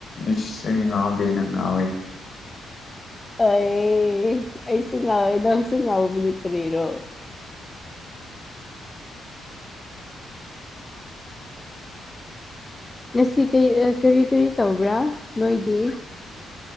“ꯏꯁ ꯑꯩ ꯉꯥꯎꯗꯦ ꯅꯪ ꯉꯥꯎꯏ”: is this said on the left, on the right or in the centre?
Left